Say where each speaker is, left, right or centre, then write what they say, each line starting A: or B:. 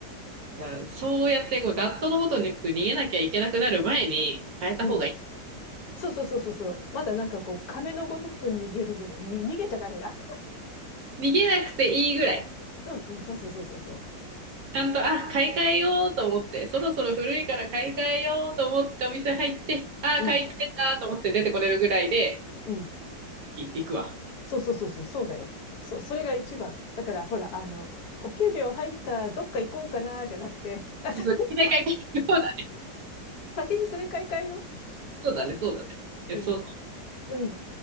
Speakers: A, on the right (about 65°); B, on the left (about 65°).
A: じゃあそうやってこう、ダットのごとく逃げなきゃいけなくなる前に変えた方が
B: うん。そうそうそうそうそう。まだなんかこう、亀のごとく逃げるぐらい。に、逃げちゃダメだ。
A: 逃げなくていいぐらい。
B: うんうん、そうそうそうそうそう。
A: ちゃんと、あ、買い替えようと思って、そろそろ古いから買い替えようと思ってお店入って、あ、
B: うん、
A: 買い替えたと思って出てこれるぐらいで、
B: うん。
A: い、行くわ。
B: そうそうそうそう、そうだよ。そう、それが一番。だから、ほら、あの、お給料入った、どっか行こうかな、じゃなくて、あさ
A: そうそう、買い替え、買い替えそうだね、
B: 先にそれ買い替えよ
A: そうだね、そうだね。いやそう
B: う。うん、うん、